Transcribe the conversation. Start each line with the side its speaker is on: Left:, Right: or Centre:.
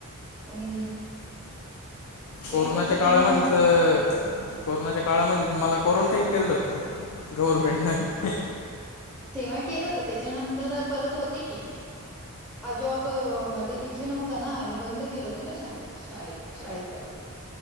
Centre: पण ते
Left: कोरोनाच्या
Centre: कसं
Left: काळामध्ये
Centre: त्यांना
Left: तर. कोरोनाच्या काळामध्ये मला क्वारंटाईन करेल होतं, गव्हरर्मेंटनं.
Centre: तेव्हा केलं होतं त्याच्यानंतर परत होते की. हा जॉब माझं इथे नव्हता ना, हे बंद केलं होतं ना शा शाळे शाळेचं.